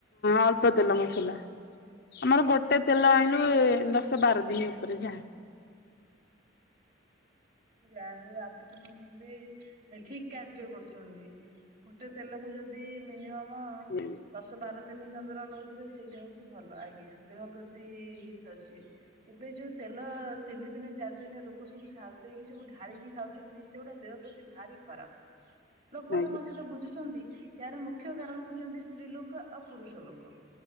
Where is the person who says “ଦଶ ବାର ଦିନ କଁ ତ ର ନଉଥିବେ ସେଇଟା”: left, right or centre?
Right